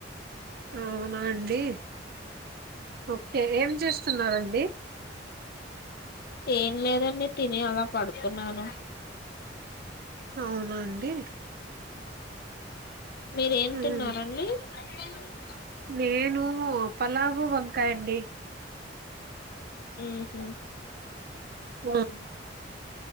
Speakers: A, on the right (about 55°); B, on the left (about 55°).
A: అవునా అండి ఓకే ఏం చేస్తున్నండి
B: ఏం లేదండి తిని అలా పడుకున్నాను
A: అవునండి ఇ
B: మీరేం
A: ఉమ్.
B: తిన్నారండి అ
A: నేను పలావు వంకాయండి
B: ఉ హు
A: ఉమ్.